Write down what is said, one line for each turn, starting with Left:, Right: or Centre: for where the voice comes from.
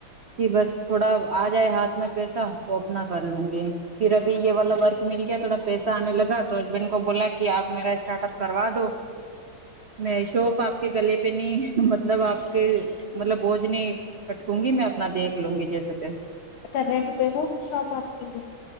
Right: کہ بس تھوڑا آ جائے ہاتھ میں پیسہ تو اپنا کر لوں گے پھر ابھی یہ والا ورک مل گیا تھوڑا پیسہ آنے لگا تو ہسبینڈ کو بولا کہ آپ میرا اسٹارٹ اپ کروا دو میں شوپ آپ کے گلے پہ نہیں مطلب آپ کے مطلب بوجھ نے پٹکوں گی میں اپنا دیک لوں گی جیسے تیسے
Left: اچھا رینڈ پے ہو کی شاپ آپ کی ہے